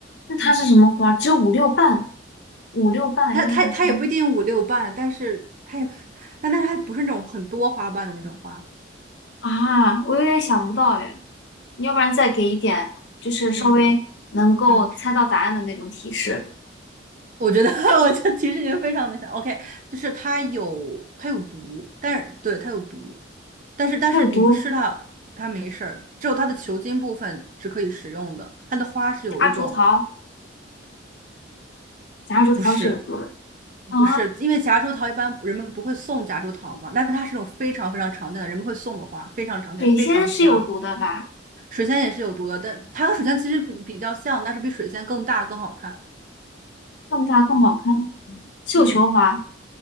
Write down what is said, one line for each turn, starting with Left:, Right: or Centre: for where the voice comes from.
Left: 那它是什么花？
Right: 嗯。
Left: 只有五六瓣，五六瓣，
Right: 它它它也不一定五六瓣，
Left: 一二三
Right: 但是它也，但但它不是那种很多花瓣的那种花。
Left: 啊，我有点想不到哎。你要不然再给一点，就是稍微能够猜到答案的那种提示。
Right: 嗯嗯，我觉得 <laughs> 我这提示已经非常明显。OK，就是它有它有毒，但是对它有毒，但是但是你不吃它，
Left: 它有毒，
Right: 它没事儿。只有它的球茎部分是可以食用的，它的花是有一种
Left: 夹竹桃，夹竹桃是有毒的
Right: 不是
Left: 啊，
Right: 不是，因为夹竹桃一般人们不会送夹竹桃嘛，但是它是种非常非常常见的，人们会送的花，非常常见，
Left: 水仙是有毒的吧？
Right: 非常香。水仙也是有毒的，但它和水仙其实比较像，但是比水仙更大更好看。
Left: 更大更好看。绣球花
Right: 嗯